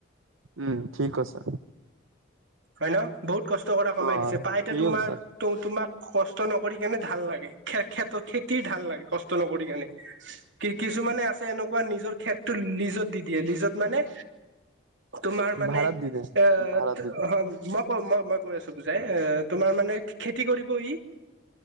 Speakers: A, on the right; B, on the right.
A: উম ঠিক কৈছা।
B: হয় ন? বহুত কষ্ট কৰা কমাই
A: অ
B: দিছে, প্ৰায় এতিয়া
A: ঠিকে
B: তোমাৰ
A: কৈছা
B: তোমাক কষ্ট নকৰি কেনে ধান লাগে খ খেতিৰ ধান লাগে, কষ্ট নকৰি কেনে। কি কিছুমানে আছে এনেকুৱা নিজৰ খেতটো লিজত দি দিয়ে। লিজত মানে তোমাৰ মানে
A: ভাড়াত দি দে
B: এ
A: ভাড়াত
B: তো
A: দি দে
B: অ মই ক মই মই কৈ আছো বুজাই, তোমাৰ মানে খেতি কৰিব ই